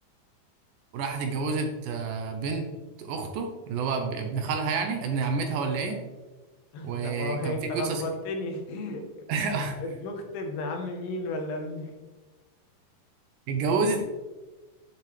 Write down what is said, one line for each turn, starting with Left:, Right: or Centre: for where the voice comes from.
Right: وراحت اتجوزت آه، بنت اخته اللي هو ب- ابن خالها يعني ابن عمتها ولا ايه
Left: أنت
Right: وكان
Left: فا أنت
Right: في قصص
Left: لخبطتني <laughs>
Right: <laughs>
Left: ابن أخت ابن عم مين ولا ابن
Right: اتجوزت